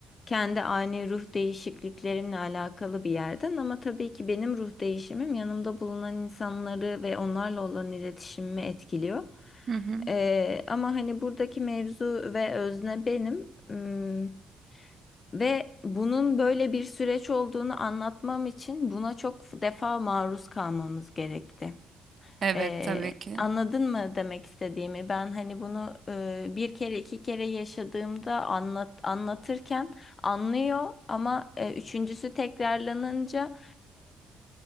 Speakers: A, on the left (about 35°); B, on the right (about 45°).
A: kendi ani ruh değişikliklerimle alakalı bir yerden ama tabii ki benim ruh değişimim yanımda bulunan insanları ve onlarla olan iletişimimi etkiliyor.
B: Hı hı.
A: Ee, ama hani buradaki mevzu ve özne benim. Hmm, Ve bunun böyle bir süreç olduğunu anlatmam için buna çok defa maruz kalmamız gerekti.
B: Evet
A: Ee,
B: tabii ki.
A: anladın mı demek istediğimi? Ben hani bunu e, bir kere iki kere yaşadığımda anlat anlatırken anlıyor ama e, üçüncüsü tekrarlanınca